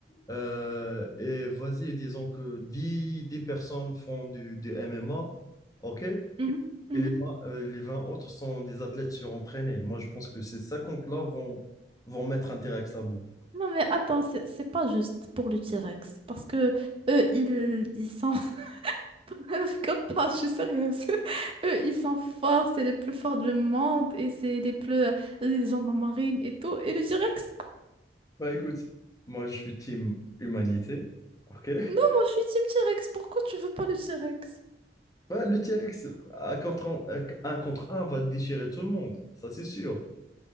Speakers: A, on the left; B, on the right.
A: Euh, et vas-y, disons que dix dix personnes font du, du MMA. OK? Et
B: Mhm, mhm.
A: les 20 euh, les 20 autres sont des athlètes surentraînés. Moi, je pense que ces cinquante là vont, vont mettre T-Rex à bout.
B: Non, mais attends, c'est c'est pas juste pour le T-Rex. Parce que eux, ils, ils sont. <laughs> Je rigole pas, je suis sérieuse. <laughs> Eux, ils sont forts, c'est les plus forts du monde et c'est les plus. euh, les gens de la marine et tout. Et le T-Rex?
A: Bah écoute, moi, je suis team humanité. Ok.
B: Non, moi, je suis Team T-Rex. Pourquoi tu veux pas le T-Rex?
A: Bah, le T-Rex, à contre un, à- un contre un, va déchirer tout le monde. Ça, c'est sûr.